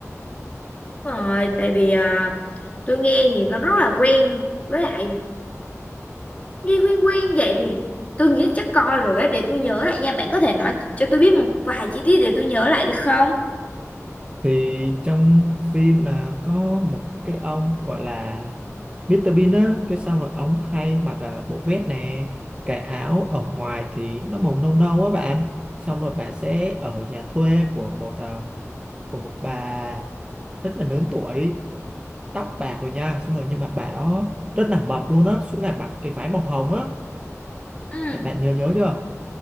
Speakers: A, on the left; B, on the right.
A: Đúng rồi, tại vì à, tôi nghe thì nó rất là quen với lại nghe quen quen vậy thì tôi nghĩ chắc coi rồi á để tôi nhớ lại nha. Bạn có thể nói cho tôi biết một vài chi tiết để tôi nhớ lại được không?
B: thì trong phim là có một cái ông gọi là Mr. Bean á cái xong rồi ông thay mặc là bộ vest nè cái áo ở ngoài thì nó màu nâu nâu á bạn xong rồi bà sẽ ở nhà thuê của một ờ, của một bà rất là lớn tuổi tóc bạc rồi nha xong rồi nhưng mà bà đó rất là mập luôn á suốt ngày mặc cái váy màu hồng á
A: Ừ.
B: bạn bạn nhớ nhớ chưa